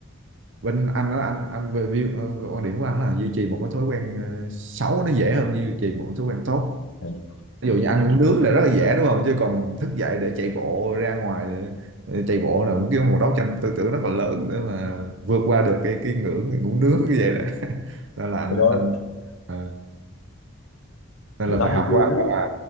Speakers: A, on the right (about 60°); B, on the left (about 80°).
A: bên anh á, anh anh về view ờ, quan điểm của anh là duy trì một cái thói quen ờ, xấu nó dễ hơn duy trì một cái thói quen tốt
B: Ừ.
A: ví dụ như anh uống nướng là rất là dễ đúng không chứ còn thức dậy để chạy bộ ra ngoài để, để chạy bộ là một cái một đấu tranh tư tưởng rất là lớn để mà vượt qua được cái cái ngưỡng ngủ nướng như vậy đó <laughs> nên là anh
B: cái đó
A: anh ờ, nên
B: người
A: là
B: ta
A: bài
B: hay
A: học
B: kêu
A: của anh
B: đó
A: là